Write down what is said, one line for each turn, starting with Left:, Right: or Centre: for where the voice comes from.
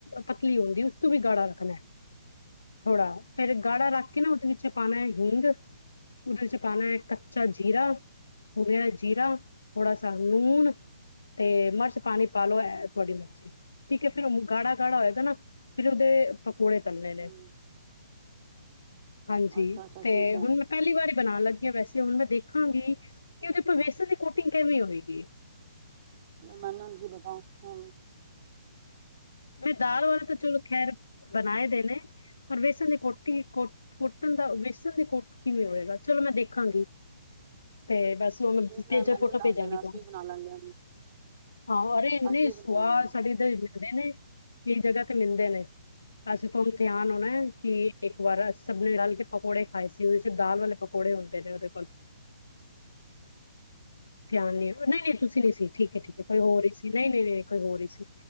Left: ਪਤਲੀ ਹੁੰਦੀ ਐ, ਉਸ ਤੋਂ ਵੀ ਗਾੜਾ ਰੱਖਨੇ ਥੋੜਾ। ਫਿਰ ਗਾੜਾ ਰਾਖ ਕੇ ਨਾ ਉਦੇ ਵਿੱਚ ਪਾਣਾ ਹਿੰਂਗ। ਉਦੇ ਵਿੱਚ ਪਾਣੇ ਕੱਚਾ ਜੀਰਾ, ਭੁੰਨਿਆ ਜੀਰਾ ਥੋੜਾ ਸਾ ਲੂਣ। ਤੇ ਮਰਚ ਪਾਣੀ ਪਾ ਲੋ ਏ ਤੁਹਾਡੀ ਮਰਜ਼ੀ। ਠੀਕ ਏ ਫਿਰ ਗਾੜਾ ਗਾੜਾ
Right: ਅੱਛਾ ਅੱਛਾ
Left: ਹੋਏਗਾ ਨਾ ਫਿਰ ਉਦੇ ਪਕੌੜੇ ਤਲਣੇ ਨੇ‌।
Right: ਹਮ
Left: ਹਾਂਜੀ
Right: ਅੱਛਾ ਅੱਛਾ
Left: ਤੇ
Right: ਠੀਕ ਹੈ
Left: ਹੁਣ ਮੈਂ ਪਹਿਲੀ ਵਾਰੀ ਬਣਾ। ਵੈਸੇ ਹੁਣ ਮੈਂ ਦੇਖਾਂਗੀ ਕਿ ਉਦੇ ਵੇਸਣ ਦੀ ਕੋਟਿੰਗ ਕੇਵੇਂ ਹੋਵੇਗੀ।
Right: ਮੈਨੂੰ ਕੀ ਪਤਾ ਹੂੰ।
Left: ਮੈਂ ਦਾਲ ਵਾਲੇ ਤੇ ਚਲੋ ਖੈਰ ਬਣਾਏ ਦੇਣੇ ਪਰ ਵੇਸਣ ਦੀ ਕੋਟੀ ਕੋ ਕੁੱਟਣ ਦਾ ਵੇਸਣ ਦੀ ਕੁੱਟ ਕਿਵੇਂ ਹੋਏਗਾ ਚਲੋ ਮੈਂ ਦੇਖਾਂਗੀ ਤੇ ਬਸ। <unintelligible>
Right: ਦੇਖ ਲੈ ਮੈਨੂੰ
Left: ਫੋਟੋ
Right: ਵੀ ਦੱਸ
Left: ਭੇਜਾਂਗੀ
Right: ਦੇਣਾ
Left: ਤੁਹਾਨੂੰ
Right: ਅਸੀਂ ਵੀ ਬਣਾ ਲਾਂਗੇ
Left: ਹਾਂ ਅਰੇ ਏਨੇ
Right: ਅਸੀਂ
Left: ਸਵਾਦ
Right: ਵੀ ਬਣਾ ਲਾਂਗੇ
Left: ਸਾਡੇ ਏਧਰ ਤੇ ਵਿਕਦੇ ਨੇ। ਏ ਜਗਾ ਤੇ ਮਿਲਦਾ ਐ। ਐਸੇ ਹੁਣ ਧਿਆਨ ਹੋਣੇ ਕਿ ਇੱਕ ਵਾਰ ਸਭ ਨੇ ਰਾਲ ਕੇ ਪਕੌੜੇ ਖਾਏ ਸੀ ਉਦੇ ਚ ਦਾਲ ਵਾਲੇ ਪ ਕੋੜੇ ਉਲਦੇ ਫਕ।
Right: <inaudible>
Left: ਧਿਆਨ ਨੀ ਨਹੀਂ ਨਹੀਂ ਤੁਸੀਂ ਨਹੀਂ ਸੀ ਠੀਕ ਏ ਠੀਕ। ਕੋਈ ਹੋਰ ਇ ਸੀ ਨਹੀਂ ਨਹੀਂ ਨਹੀਂ ਨਹੀਂ ਕੋਈ ਹੋਰ ਇ ਸੀ